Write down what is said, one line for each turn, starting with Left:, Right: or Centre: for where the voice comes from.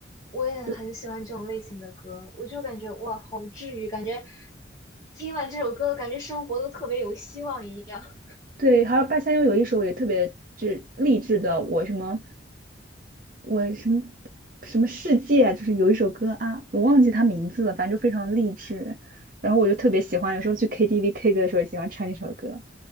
Left: 我也很喜欢这种类型的歌，
Right: 就。
Left: 我就感觉哇，好治愈，感觉听完这首歌，感觉生活都特别有希望一样。
Right: 对，还有八三幺有一首也特别就是励志的，我什么我什么什么世界啊，就是有一首歌啊，我忘记它名字了，反正就非常励志。然后我就特别喜欢，
Left: <laughs> 嗯，
Right: 有时候去 KTV K 歌的时候也喜欢唱一首歌。